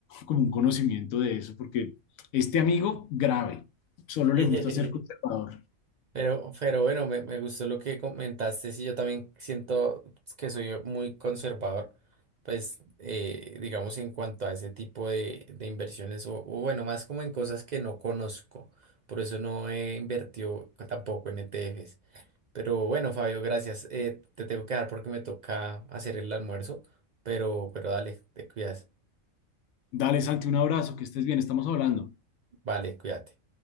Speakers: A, on the left (about 80°); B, on the right (about 65°).
A: como un conocimiento de eso, porque este amigo, grave, solo
B: <laughs>
A: le gusta ser conservador.
B: Pero, pero bueno, me, me gustó lo que comentaste. Sí, yo también siento que soy muy conservador, pues eh, digamos en cuanto a ese tipo de, de inversiones, o, o bueno, más como en cosas que no conozco. Por eso no he invertido tampoco en ETFs. Pero bueno, Fabio, gracias. Eh, te tengo que dar porque me toca hacer el almuerzo, pero, pero dale, te cuidas.
A: Dale, Santi, un abrazo, que estés bien, estamos hablando.
B: Vale, cuídate.